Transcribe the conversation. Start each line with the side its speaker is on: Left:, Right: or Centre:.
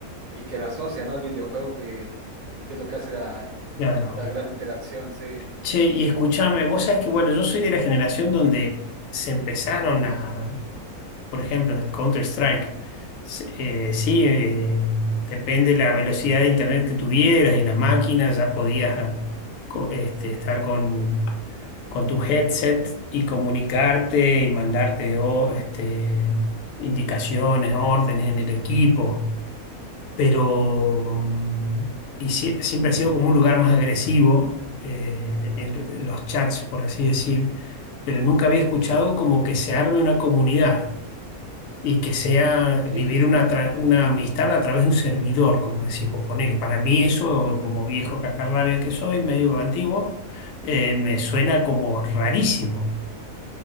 Right: y que la asocia, ¿no? Al videojuego, que, que es lo que hace la,
Left: claro.
Right: la gran interacción, sí.
Left: Che, y escúchame, vos sabés que, bueno, yo soy de la generación donde se empezaron a, por ejemplo, el Counter-Strike. Se- eh, sí, eh, depende de la velocidad de internet que tuvieras y las máquinas, ya podías ah, co- este, estar con, con tu headset y comunicarte y mandarte o, este, indicaciones, órdenes en el equipo. pero mm, y sie- siempre ha sido como un lugar más agresivo eh, en los chats, por así decir, pero nunca había escuchado como que se arme una comunidad y que sea vivir
Right: Y
Left: una, tra- una amistad a través de un servidor, como decís vos, ponele. Para mí eso, como viejo cascarrabia que soy, medio antiguo, eh, me suena como rarísimo.